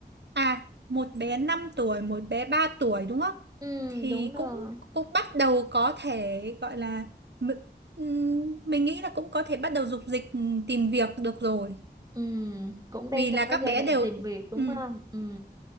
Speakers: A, on the right (about 80°); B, on the right (about 20°).
A: à một bé 5 tuổi một bé 3 tuổi đúng không
B: ừ
A: thì
B: đúng rồi
A: cũng cũng bắt đầu có thể gọi là mi- ừm, mình nghĩ là cũng có thể bắt đầu dục dịch ừm, tìm việc được rồi
B: ừ cũng đang
A: vì
B: trong
A: là
B: cái
A: các
B: giai
A: bé
B: đoạn
A: đều
B: tìm việc đúng
A: ừm,
B: không ừ